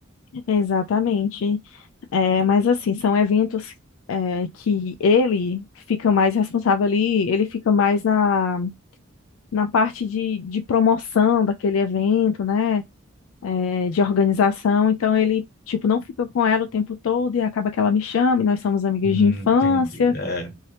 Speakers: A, on the left; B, on the left.
A: exatamente. É, mas assim, são eventos é, que ele fica mais responsável ali, ele fica mais na na parte de, de promoção daquele evento, né? é, de organização. Então ele, tipo, não fica com ela o tempo todo e acaba que ela me chama, e nós somos amigas
B: Hum,
A: de infância.
B: entendi. É,